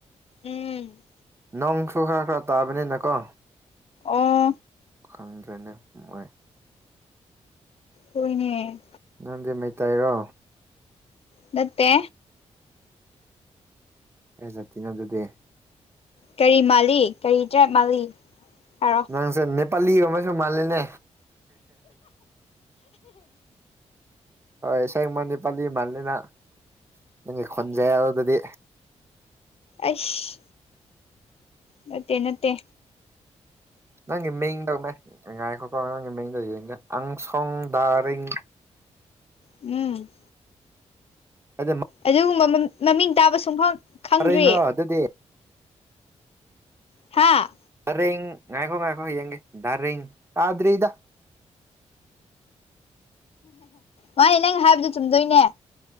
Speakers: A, on the left (about 55°); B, on the right (about 20°).
A: ꯎꯝ
B: ꯅꯣꯡꯁꯨ ꯈꯔ ꯈꯔ ꯇꯥꯕꯅꯤꯅꯀꯣ
A: ꯑꯣ
B: ꯈꯪꯗ꯭ꯔꯦꯅꯦ ꯃꫭꯏ
A: ꯍꯣꯏꯅꯦ
B: ꯅꯪꯗꯤ ꯃꯩꯇꯩꯔꯣ
A: ꯅꯠꯇꯦ
B: ꯀꯩꯖꯇꯤꯅꫭ ꯑꯗꯨꯗꯤ
A: ꯀꯔꯤ ꯃꯥꯜꯂꯤ ꯀꯔꯤ‌ ꯇꯔꯥꯞ ꯃꯥꯜꯂꯤ‌ꯍꯥꯏꯔ
B: ꯅꯪꯁꯦ ꯅꯦꯄꯥꯂꯤ ꯒꯨꯝꯕꯁꯨ ꯃꯥꯜꯂꯤꯅꯦ ꯑꯁ‌ꯦꯕ ꯅ‌ꯦꯄꯂꯤ ꯃꯥꯟꯂꯤꯅ ꯅꯪꯒꯤ ꯈꫭꯜꯖ‌‌ꯦꯜꯗꯨꯗꯤ
A: ꯑ‌ꯥꯏꯁ ꯅꯠꯇꯦ ꯅꯠꯇꯦ
B: ꯅꯪꯒꯤ ꯃꯤꯡ ꯇꯧꯃꯦ <unintelligible> ꯉꯥꯏꯈꯣꯀꫭ ꯅꯪꯒꯤ ꯃꯤꯡꯗꯧ ꯌꯦꯡꯗ ꯑꯪꯁꯣꯡ ꯗꯥꯔꯤꯡ
A: ꯎꯝ
B: ꯑ <unintelligible>
A: ꯑꯗꯨꯒꯨꯝꯕ ꯃꯃꯤꯡ ꯇꯥꯕ ꯁꯨꯡꯐꯝ ꯈꯪꯗ꯭ꯔꯤ
B: ꯀꯔꯤꯅꫭ ꯑꯗꯨꯗꯤ
A: ꯍꯥꯥ
B: ꯗꯔꯤꯡ ꯉꯥꯏꯈꯣ ꯉꯥꯏꯈꯣ ꯌꯦꯡꯒ‌ꯦ ꯗꯔꯤꯡ ꯇꯥꯗ꯭ꯔꯤꯗ
A: ꯃꯥꯅꯦ ꯅꯪ ꯍꯥꯏꯕꯗꯨ ꯆꯨꯝꯗꯣꯏꯅꯦ